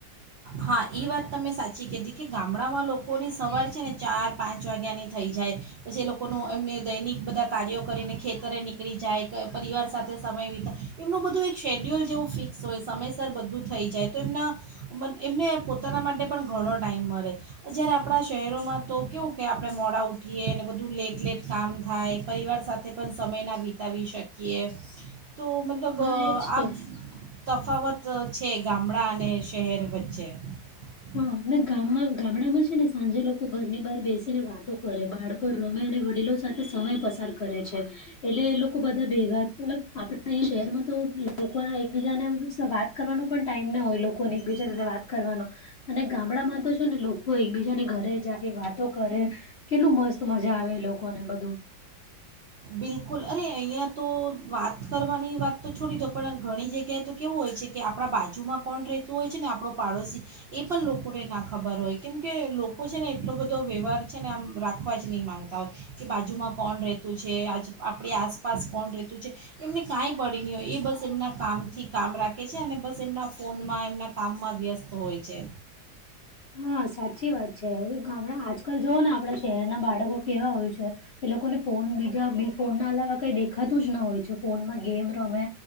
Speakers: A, on the right; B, on the left.
A: હા એ વાત તમે સાચી કીધી. કે ગામડામાં લોકોની સવાર છે ને ચાર પાંચ વાગ્યાની થઈ જાય. પછીએ લોકોનું એમને દૈનિક બધા કાર્યો કરીને ખેતરે નીકળી જાય, પરિવાર સાથે સમય વિતા એમનું બધું એક શેડ્યુલ જેવું ફિક્સ હોય સમયસર બધું થઈ જાય તો એમના મન એમને પોતાના માટે પણ ઘણો ટાઈમ મળે. જ્યારે આપડા શહેરોમાં તો કેવું કે, આપણે મોડા ઊઠીએ, અને બધું લેટ-લેટ કામ થાય, પરિવાર સાથે પણ સમય ના વિતાવી શકીએ. તો મતલબ
B: હા, એજ
A: આ
B: તો.
A: તફાવત છે, ગામડા અને શહેર વચ્ ચે <unintelligible>
B: હા, ગામમાં ગામડામાં છે ને, સાંજે લોકો ઘરની બહાર બેસીને વાતો કરે, બાળકો રમે અને વડીલો સમય પસાર કરે છે, એટલે એ લોકો બધા ભેગા મલબ આપડે એ શહેરમાં તો લોકો ના એકબીજા ને વીસ વાત કરવાનો પણ ટાઈમ ના હોય, લોકોને એકબીજા સાથે વાત કરવાનો, અને ગામડા માં તો છે ને, લોકો એકબીજાને ઘરે જાય, વાતો કરે. કેટલું મસ્ત મજા આવે, લોકો ને બધું
A: બિલકુલ, અરે અહીંયા તો વાત કરવાની વાત તો છોડી દો, પણ આ ઘણી જગ્યાએ તો કેવું હોય છે કે, આપરા બાજુમાં કોણ રહેતું હોય છે ને, આપણો પાડોશી એ પણ લોકોને ના ખબર હોય કેમકે, લોકો છે ને, એટલો બધો વ્યવહાર છે ને, આમ રાખવા જ નહીં માગતા હોય. કે બાજુમાં કોણ રહેતું છે, આજ આપડી આસપાસ કોણ રેતું છે. એમને કાંઈ પડી નહીં હોય, એ બસ એમના કામથી કામ રાખે છે, અને બસ એમના ફોનમાં એમના કામમાં વ્યસ્ત હોય છે.
B: હા, સાચી વાત છે, ગામડા આજકાલ જૂઓ ને, આપણા બાળકો કેવા હોય છે. એ લોકોને ફોન, બીજા ફોન ના અલાવા કઈ દેખાતું જ ન હોય છે, ફોનમાં ગેમ રમે.